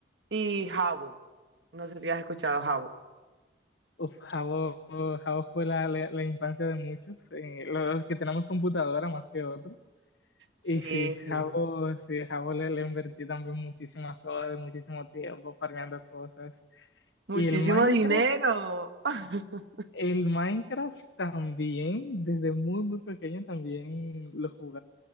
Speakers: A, on the right; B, on the left.
A: Y Jabo. No sé si has escuchado Jabo.
B: Uf, Jabo, Jabo fue la, la- la infancia de muchos, eh, los que tenemos computadora más que otros.
A: Sí,
B: Y sí, Jabo,
A: sí.
B: sí, Jabo le, le invertí también muchísimas horas, muchísimo tiempo farmeando cosas.
A: Muchísimo
B: Y el Minecraft,
A: dinero. <laughs>
B: el Minecraft también, desde muy, muy pequeño también lo jugaba.